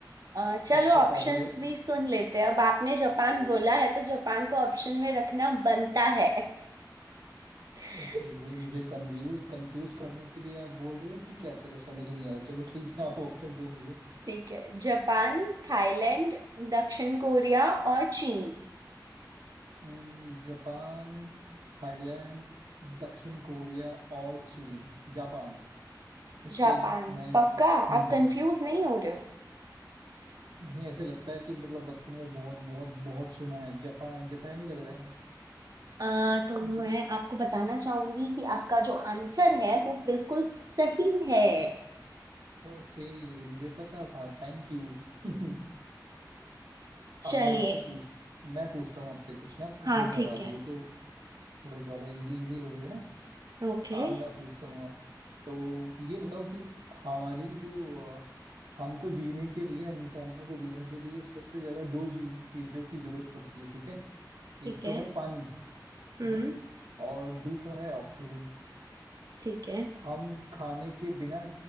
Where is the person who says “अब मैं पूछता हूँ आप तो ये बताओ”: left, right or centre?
Right